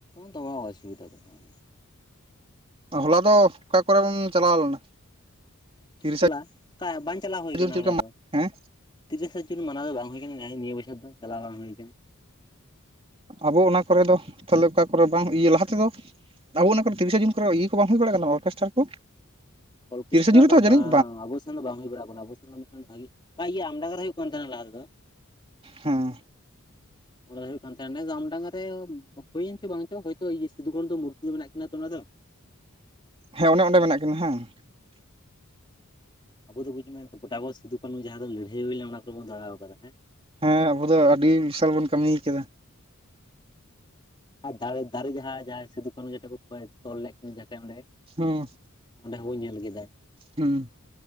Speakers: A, on the left; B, on the right.
A: ᱫᱚᱢᱮ ᱚᱥᱩᱵᱤᱫᱟ ᱫᱚᱠᱷᱚᱡ᱾
B: ᱦᱚᱞᱟ ᱫᱚ ᱚᱠᱟ ᱠᱚᱨᱮᱢ ᱪᱟᱞᱟᱣ ᱞᱮᱱᱟ? ᱛᱤᱨᱤᱥᱟ
A: ᱦᱚᱞᱟ ᱠᱟ ᱵᱟᱝ ᱪᱟᱞᱟ ᱦᱳᱭ
B: ᱡᱩᱱ
A: ᱠᱟᱱᱟ
B: ᱪᱮᱫ
A: ᱦᱚᱞᱟ
B: ᱞᱮᱠᱟ
A: ᱫᱚ᱾
B: ᱦᱮᱸ
A: ᱛᱤᱨᱤᱥᱮ ᱡᱩᱱ ᱢᱟᱱᱟᱣ ᱫᱚ ᱵᱟᱝ ᱦᱩᱭ ᱠᱟᱱᱟ ᱱᱮᱭ ᱱᱤᱭᱟᱹ ᱵᱚᱪᱷᱚᱨ ᱫᱚ ᱪᱟᱞᱟᱣ ᱵᱟᱝ ᱦᱩᱭ ᱠᱟᱱᱟ
B: ᱟᱵᱚ ᱚᱱᱟ ᱠᱚᱨᱮ ᱫᱚ ᱛᱷᱟᱞᱮ ᱚᱠᱟ ᱠᱚᱨᱮ ᱵᱟᱝ ᱤᱭᱟᱹ ᱞᱟᱦᱟ ᱛᱮᱫᱚᱼᱼ ᱟᱵᱚ ᱚᱱᱟ ᱠᱚᱨᱮ ᱛᱤᱨᱤᱥᱟ ᱡᱩᱱ ᱠᱚᱨᱮ ᱤᱭᱟᱹ ᱠᱚ ᱵᱟᱝ ᱦᱩᱭ ᱵᱟᱲᱟᱜ ᱠᱟᱱᱟ ᱚᱨᱠᱮᱥᱴᱟᱨ ᱠᱚ?
A: ᱚᱨᱠᱮᱥᱴᱨᱟ
B: ᱛᱤᱨᱤᱥᱟ ᱡᱩᱱ ᱨᱮᱛᱚ
A: ᱫᱚ
B: ᱡᱟᱹᱱᱤᱡ
A: ᱵᱟᱝ ᱟᱵᱚᱥᱼᱼ ᱥᱮᱱ ᱫᱚ ᱵᱟᱝ ᱦᱩᱭ ᱵᱟᱲᱟᱜ ᱠᱟᱱᱟ ᱟᱵᱚ ᱥᱮᱱ ᱫᱚ ᱵᱷᱟᱜᱤ ᱤᱭᱟᱹ ᱟᱢᱰᱟᱝᱜᱟ ᱨᱮ ᱦᱩᱭᱩᱜ ᱠᱟᱱ ᱛᱟᱦᱮᱱᱟ ᱞᱟᱦᱟ ᱛᱮ ᱫᱚ᱾
B: ᱦᱩᱸ
A: ᱚᱸᱰᱮ ᱦᱩᱭᱩᱜ ᱠᱟᱱ ᱛᱟᱦᱮᱸᱱᱟ ᱱᱮᱥ ᱫᱚ ᱟᱢᱰᱟᱸᱜᱟ ᱨᱮ ᱦᱩᱭᱮᱱ ᱪᱚ ᱵᱟᱝ ᱪᱚ ᱦᱳᱭᱛᱳ ᱤᱭᱟᱹ ᱥᱤᱫᱩ ᱠᱟᱱᱩ ᱢᱩᱨᱛᱤ ᱫᱚ ᱢᱮᱱᱟᱜ ᱠᱤᱱᱟ ᱛᱚ ᱚᱸᱰᱮ ᱫᱚ᱾
B: ᱦᱮᱸ ᱚᱱᱮ ᱚᱸᱰᱮ ᱢᱮᱱᱟᱜ ᱠᱤᱱᱟ ᱦᱮ᱾ <unintelligible>
A: ᱟᱵᱚ ᱫᱚ ᱵᱩᱡᱽ ᱢᱮ ᱜᱚᱴᱟ ᱵᱚ ᱥᱤᱫᱩ ᱠᱟᱹᱱᱩ ᱡᱟᱦᱟᱸ ᱫᱚ ᱞᱟᱹᱲᱦᱟᱹᱭ ᱦᱩᱭᱱᱮ ᱚᱱᱟ ᱠᱚᱨᱮᱵᱚᱱ ᱫᱟᱲᱟ ᱠᱟᱫᱟ ᱦᱮᱸ
B: ᱦᱮᱸ ᱟᱵᱚ ᱫᱚ ᱟᱹᱰᱤ ᱵᱤᱥᱟᱞ ᱵᱚᱱ ᱠᱟᱹᱢᱤ ᱠᱟᱫᱟ᱾
A: ᱟᱨ ᱫᱟᱨᱮ ᱫᱟᱨᱮ ᱡᱟᱦᱟᱸᱭ ᱥᱤᱫᱩ ᱠᱟᱹᱱᱩ ᱡᱮᱴᱩᱠᱩ ᱠᱚ ᱛᱚᱞ ᱞᱮᱫ ᱠᱤᱱᱟ ᱡᱟᱦᱟᱸᱴᱮᱱ ᱚᱸᱰᱮ᱾
B: ᱦᱩᱸ
A: ᱚᱸᱰᱮ ᱦᱚ ᱵᱚᱱ ᱧᱮᱞ ᱠᱮᱫᱟ᱾
B: ᱦᱩᱸ᱾